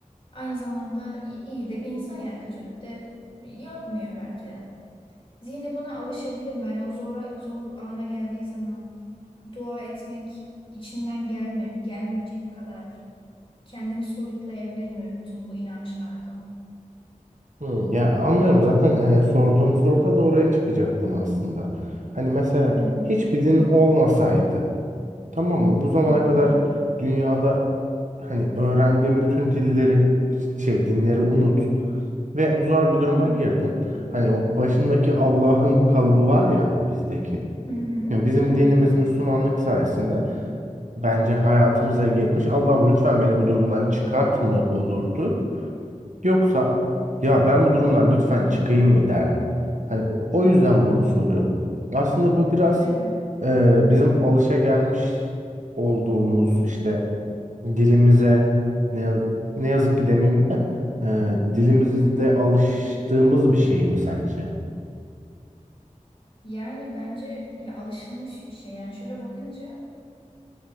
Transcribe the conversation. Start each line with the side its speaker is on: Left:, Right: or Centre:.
Left: Aynı zamanda i- iyi de bir insan yani kötülük de yapmıyor belki de. Zihni buna alışabilir mi? Yani o zora, zor ana geldiği zaman dua etmek içinden gelme, gelmeyecek kadar kendini soyutlayabilir mi bütün bu inançlardan?
Right: hmm. Ya anlıyorum zaten e, sorduğum soruda da oraya çıkacaktım aslında. Hani mesela
Left: Hı hı.
Right: hiçbir din olmasaydı tamam mı? Bu zamana
Left: Hı hı.
Right: kadar dünyada hani öğrendiğin bütün dilleri şey dinleri unut ve zor bir duruma
Left: Hı hı.
Right: girdin. Hani o başındaki Allah'ım kalıbı var ya bizdeki.
Left: Hı hı.
Right: Yani bizim
Left: Evet,
Right: dinimiz
Left: evet.
Right: Müslümanlık sayesinde bence hayatımıza girmiş. Allah'ım lütfen beni bu durumdan çıkart mı olurdu? Yoksa ya ben bu durumdan lütfen çıkayım mı derdin? Hani o o yüzden bunu soruyorum. Aslında bu biraz
Left: Evet.
Right: e, bizim alışagelmiş olduğumuz işte dilimize ne, yaz- ne yazık ki demeyeyim de e, dilimizde
Left: Hı hı.
Right: alıştığımız bir şey mi sence?
Left: Yani bence ya alışılmış bir şey. Yani şöyle bakınca